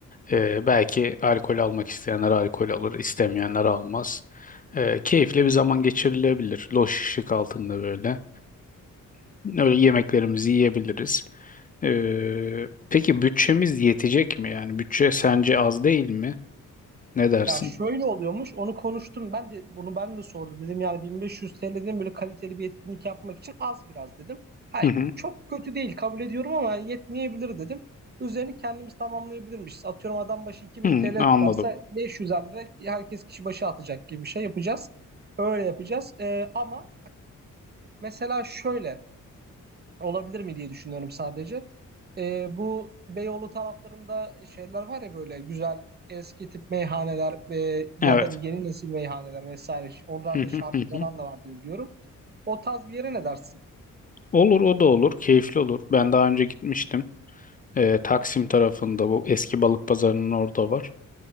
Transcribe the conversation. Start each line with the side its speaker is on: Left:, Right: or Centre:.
Left: e, belki alkol almak isteyenler alkol alır, istemeyenler almaz. E, keyifli bir zaman geçirilebilir. Loş ışık altında böyle. Öyle yemeklerimizi yiyebiliriz. E, peki bütçemiz yetecek mi? Yani bütçe sence az değil mi? Ne dersin?
Right: Ya şöyle oluyormuş. Onu konuştum. Ben de bunu ben de sordum. Dedim yani 1500 TL'den böyle kaliteli bir etkinlik yapmak için az biraz dedim. Hayır,
Left: Hı hı.
Right: çok kötü değil kabul ediyorum ama yani yetmeyebilir dedim. Üzerini kendimiz tamamlayabilirmişiz. Atıyorum adam başı 2000
Left: Hı,
Right: TL
Left: anladım.
Right: tutarsa 500 lira herkes kişi başı atacak gibi bir şey yapacağız. Öyle yapacağız. Ee, ama mesela şöyle olabilir mi diye düşünüyorum sadece. Ee, bu Beyoğlu taraflarında şeyler var ya böyle güzel eski tip meyhaneler e, ya
Left: Evet.
Right: da yeni nesil meyhaneler vesaire. Oralarda
Left: Hı
Right: şarkı
Left: hı hı
Right: falan
Left: hı.
Right: da var diye biliyorum. O tarz bir yere ne dersin?
Left: Olur o da olur. Keyifli olur. Ben daha önce gitmiştim. E, Taksim tarafında bu eski balık pazarının orada var.